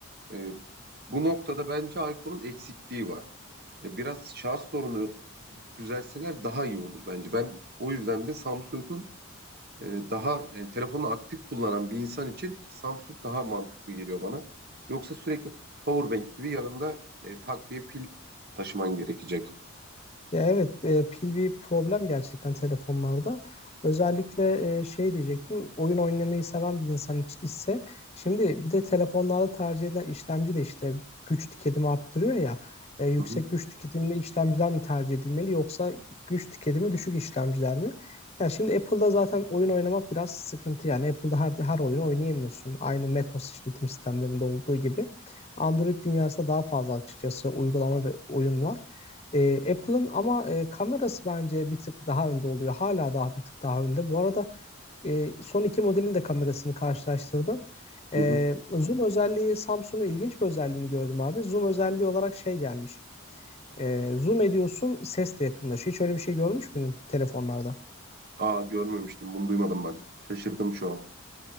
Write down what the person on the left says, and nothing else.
Ya evet, e, pil bir problem gerçekten telefonlarda. Özellikle e, şey diyecektim, oyun oynamayı seven bir insan iç- ise şimdi bir de telefonlarda tercih edilen işlemci de işte güç tüketimi arttırıyor ya. E, yüksek
güç tüketimli işlemciler mi tercih edilmeli yoksa güç tüketimi düşük işlemciler mi? Ya şimdi Apple'da zaten oyun oynamak biraz sıkıntı yani Apple'da her her oyunu oynayamıyorsun. Aynı macOS işletim sistemlerinde olduğu gibi. Android dünyasında daha fazla açıkçası uygulama ve oyun var. E, Apple'ın ama e, kamerası bence bir tık daha önde oluyor. Hala daha bir tık daha önde. Bu arada e, son iki modelin de kamerasını karşılaştırdım. E,
zoom özelliği Samsung'un ilginç bir özelliğini gördüm abi. Zoom özelliği olarak şey gelmiş. E, zoom ediyorsun ses de yakınlaşıyor. Hiç öyle bir şey görmüş müydün telefonlarda?